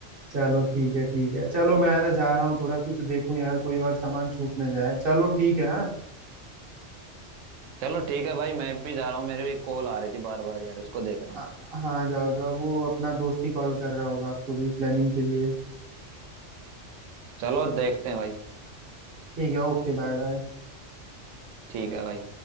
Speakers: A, on the right; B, on the right.
A: चलो ठीक है ठीक है चलो मैं ना जा रहा हूँ थोड़ा कुछ देखूं यार कोई और सामान छूट ना जाए चलो ठीक है हाँ
B: चलो ठीक है भाई मैं भी जा रहा हूँ मेरे भी एक कॉल आ रही थी बार बार यार उसको देख रहा हूँ
A: आ- हाँ जाओ जाओ वो अपना दोस्त ही कॉल कर रहा होगा आपको भी प्लानिंग के लिए
B: चलो देखते हैं भाई
A: ठीक है ओके बाय बाय
B: ठीक है भाई